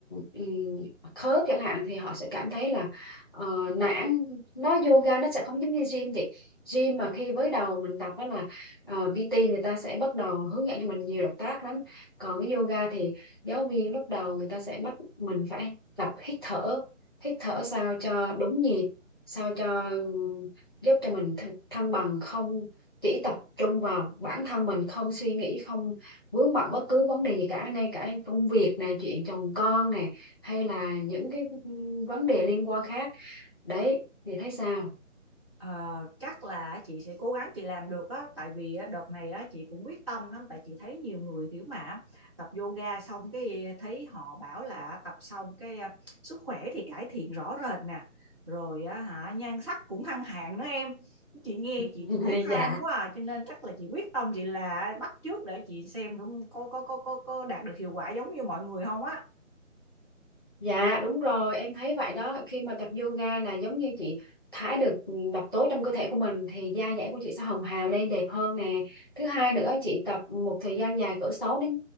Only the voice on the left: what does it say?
ừm, khớp chẳng hạn thì họ sẽ cảm thấy là uh, nản nó yoga nó sẽ không giống như gym vậy gym mà khi với đầu mình tập đó là ờ, PT người ta sẽ bắt đầu hướng dẫn cho mình nhiều động tác lắm còn cái yoga thì giáo viên lúc đầu người ta sẽ bắt mình phải tập hít thở hít thở sao cho đúng nhịp sao cho ừm, giúp cho mình th thăng bằng không chỉ tập trung vào bản thân mình không suy nghĩ không vướng bận bất cứ vấn đề gì cả ngay cả công việc nè chuyện chồng con nè hay là những cái ừm, vấn đề liên quan khác đấy thì thấy sao
<laughs>
dạ
Dạ đúng rồi, em thấy vậy đó. Khi mà tập yoga là giống như chị thải được ừ, độc tố trong cơ thể của mình thì da dẻ của chị sẽ hồng hào lên đẹp hơn nè. Thứ hai nữa chị tập một thời gian dài cỡ 6 đến